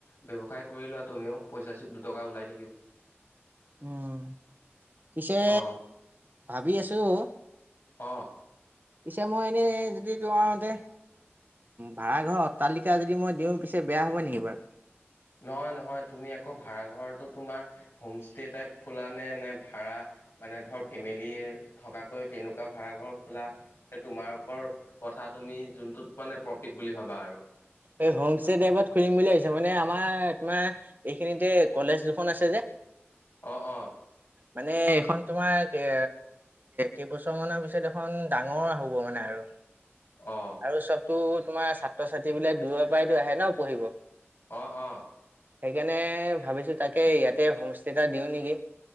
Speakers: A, on the left; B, on the right.
A: ব্যয়ৱসায় কৰি লোৱা তুমিও পইচা দুটকা ওলাই থাকিব।
B: উম, পিছে
A: অ',
B: ভাবি আছোঁ।
A: অঁ
B: পিছে মই এনেই যদি তোমাৰ তাতে ভাড়াৰ ঘৰৰ অট্টালিকা যদি মই দিওঁ পিছে বেয়া হ'ব নেকি বাৰু?
A: নহয়, নহয় তুমি আকৌ ভাড়া ঘৰতো তোমাৰ হোম ষ্টে টাইপ খোলা নে নে ভাড়া মানে, ধৰ ফেমিলি থকাকৈ তেনেকুৱা ভাড়াঘৰ খোলা সেই তোমাৰ ওপৰত কথা, তুমি যোনটোত মানে প্ৰফিট বুলি ভাবা আৰু।
B: এই হোম ষ্টে টাইপত খুলিম বুলি ভাবিছোঁ মানে আমাৰ তোমাৰ- এইখিনিতে কলেজ দুখন আছে যে।
A: অ', অ'।
B: মানে এইখন তোমাৰ তাকে, কেইবছৰ মানৰ পিছত এইখন ডাঙৰ হ'ব মানে আৰু
A: অ'।
B: আৰু চবতো তোমাৰ ছাত্ৰ ছাত্ৰী বিলাক দূৰৰ পৰাইতো আহে ন পঢ়িব।
A: অ', অ'।
B: সেইকাৰণে ভাবিছোঁ তাকে ইয়াতে হোম ষ্টে এটা দিওঁ নেকি?